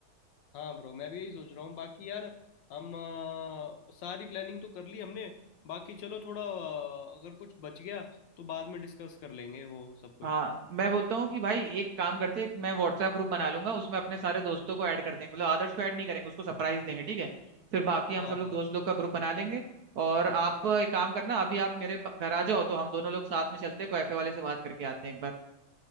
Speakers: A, on the left; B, on the right.
A: हाँ ब्रो मैं भी यही सोच रहा हूँ बाकी यार हम अ, सारी प्लानिंग तो कर ली हमने बाकी चलो थोड़ा अ, अगर कुछ बच गया तो बाद में डिस्कस कर लेंगे वो सब कुछ
B: हाँ मैं बोलता हूँ कि भाई एक काम करते हैं मैं व्हाट्सएप ग्रुप बना लूंगा उसमें अपने सारे दोस्तों को ऐड कर देंगे मतलब आदर्श को ऐड नहीं करेंगे उसको सरप्राइज देंगे ठीक है फिर बाकी हम
A: हाँ
B: सब लोग
A: हाँ
B: दोस्त लोग का ग्रुप बना लेंगे और आप एक काम करना अभी आप मेरे प- घर आ जाओ तो हम दोनों लोग साथ में चलते हैं कैफे वाले से बात करके आते हैं एक बार